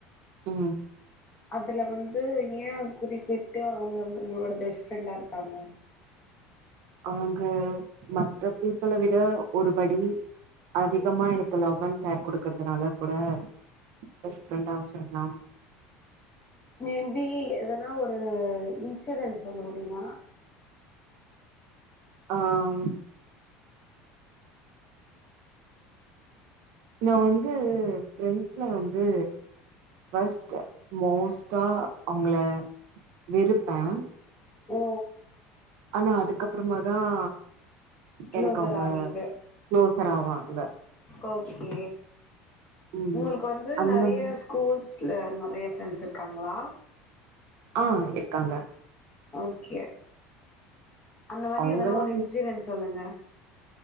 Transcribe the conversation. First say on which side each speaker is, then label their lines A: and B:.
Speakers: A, on the right; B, on the left.
A: உம்
B: அதுல வந்து ஏன் குறிப் விடடு அவுங்க உங்களோட பேச ஃப்ரெண்டா இருக்காங்க
A: அவுங்க மத்த பீப்பிளை விட ஒருபடி அதிகமா எனக்கு லவ் அன் கேர் கொடுக்கறதுனால கூட பெஸ்ட் ஃப்ரெண்டா வச்சிருக்கலாம்
B: மேபி எதனா ஒரு இன்சிடன்ஸ் சொல்ல முடியுமா
A: ஆஹ் நான் வந்து ஃரெண்ட்ஸ்ல வந்து பஸ்ட் மோஸ்டா அவுங்கள விருப்பேன்
B: ஓ
A: ஆனா அதுக்கப்புறமாதான்
B: க்ளோசர்
A: எனக்கு அவுங்க
B: ஆவீங்க
A: குளோசர் ஆவான் இந்த
B: ஓகே
A: ம்
B: உங்களுக்கு வந்து
A: அந்த
B: நறைய
A: ம்
B: ஸ்கூல்ஸ் வீட்ல நறைய ஃப்ரெண்ட்ஸ் இருக்காங்களா
A: ஆஹ் இருக்காங்க
B: ஓகே அந்த மாரி
A: அவங்களா
B: எதானா ஒரு இன்சிரன்ஸ் சொல்லுங்க